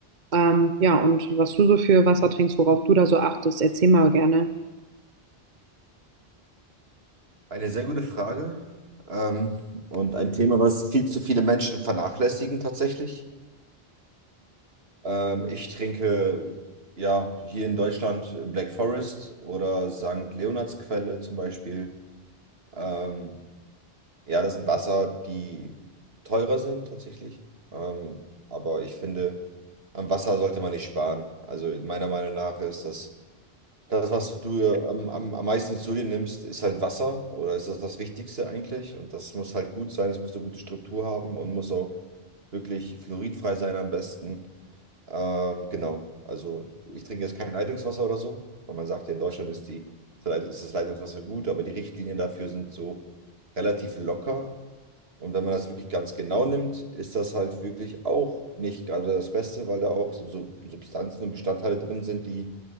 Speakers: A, on the right; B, on the right.
A: Ähm, ja, und was du so für Wasser trinkst, worauf du da so achtest, erzähl mal gerne.
B: Eine sehr gute Frage ähm, und ein Thema, was viel zu viele Menschen vernachlässigen tatsächlich. Ähm, ich trinke ja hier in Deutschland Black Forest oder St. Leonardsquelle zum Beispiel. Ähm, ja, das sind Wasser, die teurer sind tatsächlich. Ähm, aber ich finde, am Wasser sollte man nicht sparen. Also meiner Meinung nach ist das Das, was du äh, am, am, am meisten zu dir nimmst, ist halt Wasser oder ist das das Wichtigste eigentlich? Und das muss halt gut sein, es muss eine gute Struktur haben und muss auch wirklich fluoridfrei sein am besten. Ähm, genau, also ich trinke jetzt kein Leitungswasser oder so, weil man sagt ja, in Deutschland ist, die, ist das Leitungswasser gut, aber die Richtlinien dafür sind so relativ locker. Und wenn man das wirklich ganz genau nimmt, ist das halt wirklich auch nicht gerade das Beste, weil da auch so so Substanzen und Bestandteile drin sind, die